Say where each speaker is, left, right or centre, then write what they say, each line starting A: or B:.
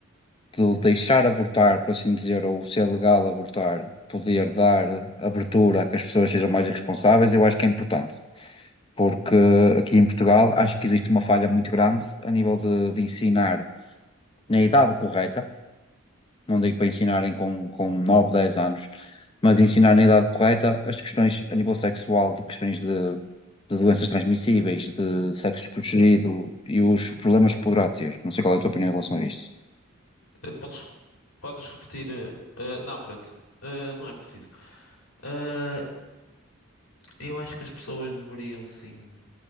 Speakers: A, on the left (about 25°); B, on the left (about 80°).
A: do deixar abortar, por assim dizer, ou ser legal abortar, poder dar abertura a que as pessoas sejam mais responsáveis, eu acho que é importante. Porque aqui em Portugal acho que existe uma falha muito grande a nível de de ensinar na idade correta não digo para ensinarem com, com 9 10 anos, mas ensinar na idade correta as questões a nível sexual, de questões de, de doenças transmissíveis, de sexo desprotegido e os problemas que poderá ter. Não sei qual é a tua opinião em relação a isto.
B: eh, podes, podes repetir. eh, ah, não, pronto. Ah, não é preciso. Ah, eu acho que as pessoas deveriam sim